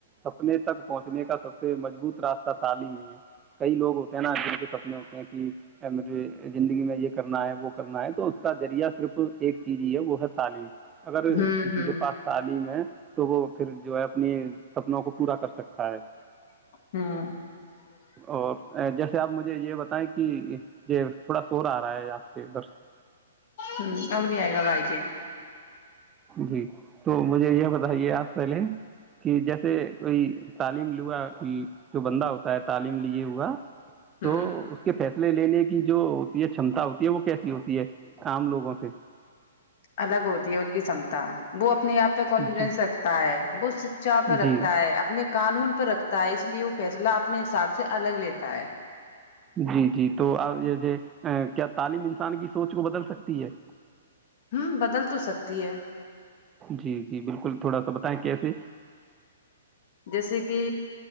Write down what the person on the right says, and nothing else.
سپنے تک پہنچنے کا سب سے مضبوط راستہ تعلیم ہی کئی لوگ ہوتے ہیں نا جنے س اپنے ہوتے ہیں کہ زندگی میں یہ کرنا ہے وہ کرنا ہے تو اس کا ذریعہ صرف تو ایک چیز ہی ہے وہ ہے تعلیم اگر
کسی
کے پاس تعلیم ہے تو وہ پھر جو ہے اپنی سپنوں کو پورا کر سکتا ہے
اور جیسے آپ مجھے یہ بتائیں کہ ج تھوڑا سور آ رہا ہے آاں سے ادھر سے
جی تو مجھے یہ بتائیے آپ پہلے کہ جیسے کوئی تعلیم لا جو بندہ ہوتا ہے تعلیم لیے ہوا
تو اس کے پیسے لے لینے کی جو ہوتی ہے چمتا ہوتی ہے وہ کیسی ہوتی ہے آام لوگوں سے
جی
جی
جی جی تو آ یہ جو کیا تعلیم انسان کی سوچ کو بدل سکتی ہے
جی جی بالکل تھوڑا سا بتائیں کیسے